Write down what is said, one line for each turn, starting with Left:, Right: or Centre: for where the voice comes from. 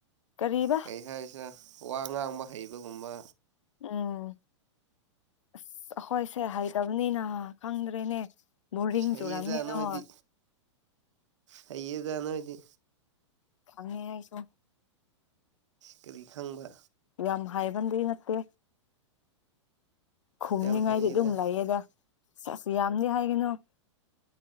Left: ꯀꯔꯤꯕ
Right: ꯀꯩ ꯍꯥꯏꯁꯤꯅ ꯋꯥ ꯉꯥꯡꯕ ꯍꯩꯕꯒꯨꯝꯕ
Left: ꯎꯝ ꯑꯁ ꯑꯩꯈꯣꯏꯁꯦ ꯍꯩꯇꯕꯅꯤꯅ ꯈꯪꯗ꯭ꯔꯦꯅꯦ ꯕꯣꯔꯤꯡ
Right: ꯍꯩꯌꯦꯗ
Left: ꯆꯨꯔꯥꯝꯅꯤ
Right: ꯅꯣꯏꯗꯤ
Left: ꯅꯣꯏ
Right: ꯍꯩꯌꯦꯗ ꯅꯣꯏꯗꯤ
Left: ꯈꯪ ꯑꯦ ꯑꯩꯁꯨ
Right: ꯀꯔꯤ ꯈꯪꯕ
Left: ꯌꯥꯝ ꯍꯥꯏꯕꯟꯗꯤ ꯅꯠꯇꯦ ꯈꯨꯝꯅꯤꯡꯉꯥꯏꯗꯤ
Right: ꯌꯥꯝ ꯍꯩꯌꯦꯗ
Left: ꯑꯗꯨꯝ ꯂꯩꯌꯦꯗ ꯆꯁꯨ ꯌꯥꯝꯗꯤ ꯍꯥꯏꯒꯅꯣ